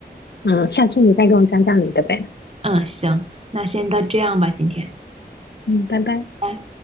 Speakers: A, on the left; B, on the right.
A: 嗯，下次你再跟我讲讲你的呗。
B: 嗯，行，那先到这样吧，今天。
A: 嗯，拜拜。
B: 拜拜。